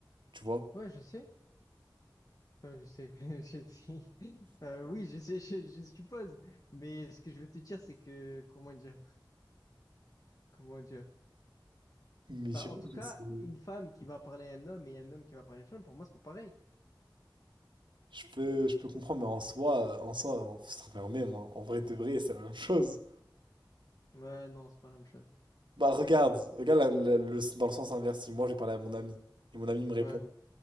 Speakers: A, on the right (about 75°); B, on the left (about 45°).
A: Tu vois?
B: Ouais, je sais. Enfin, je sais. <laughs> Je sais. Euh, oui, je sais, je, je suppose. Mais ce que je veux te dire, c'est que, comment dire? Comment dire?
A: Mais je
B: Bah,
A: sais pas,
B: en tout cas,
A: je sais-
B: une femme qui va parler à un homme et un homme qui va parler à une femme, pour moi, c'est pas pareil.
A: je peux, je peux comprendre, mais en soi, euh, en soi, on- ça revient au même. hein. En vrai de vrai, c'est la même chose.
B: Ouais, non, c'est pas la même chose.
A: Bah regarde, regarde la- la- le, dans le sens inverse. Si moi j'ai parlé à mon ami et mon ami me répond,
B: Ouais.